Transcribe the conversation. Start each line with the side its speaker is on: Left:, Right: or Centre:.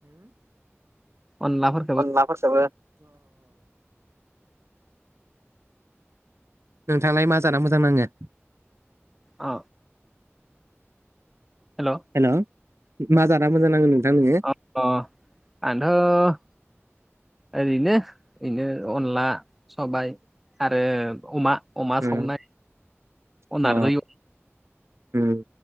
Centre: अनलाफोर
Right: अनला फोरखोबो नोंथांलाय मा जाना मोजां नाङो
Centre: अ हेल'
Right: हेल' मा जाना मोजां नांगोन नोंथां नोङो
Centre: अ आथ' ओरैनो बिनो अनला सबाय आरो अमा अमा
Right: उम,
Centre: सावनाय अनारै
Right: अ उम